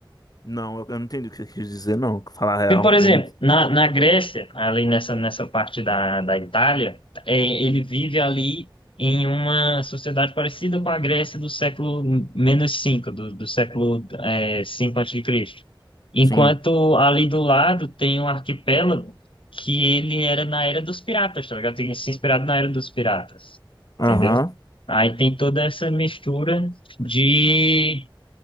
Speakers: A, on the left; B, on the left.
A: Não, eu, eu não entendi o que você quis dizer, não. Falar real.
B: Porque, por exemplo,
A: ou men-
B: na, na Grécia, ali nessa, nessa parte da, da Itália, é, ele vive ali em uma sociedade parecida com a Grécia do século menos 5 do, do século é, 5 antes de Cristo. Enquanto
A: Sim.
B: ali do lado tem um arquipélago que ele era na era dos piratas, tá ligado? Tem se inspirado na era dos piratas,
A: Aham.
B: entendeu? Aí tem toda essa mistura de...